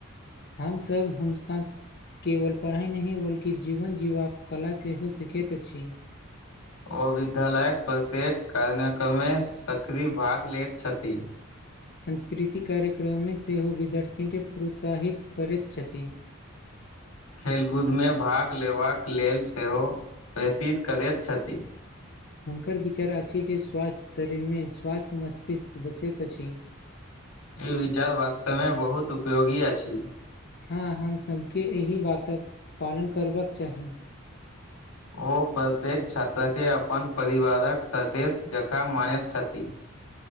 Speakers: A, on the left (about 50°); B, on the left (about 85°).
A: हमसभ हुनका केवल पढ़ाई नहि बल्कि जीवन जीवा कला सेहो हो सखैत अछि
B: ओ विद्यालय प्रत्येक कार्यक्रमे सक्रिय भाग लेैत छथि
A: सांस्कृतिक कार्यक्रममे सेहो विद्यार्थी केँ प्रोत्साहित करैत छथिन
B: खेलकूद मे भाग लेबाक लेल सेहो व्यतीत करैत छथि
A: हुनकर विचार अछि जे स्वास्थ्य शरीर मे स्वास्थ्य मस्तिष्क बसैत अछि
B: ई विचार वास्तव में बहुत उपयोगी अ अछि
A: हँ हमसभके एहि बातक पालन करबाक चाही
B: ओ प्रत्येक छात्र केँ अपन परिवारक सदस्य जकाँ मानैत छथि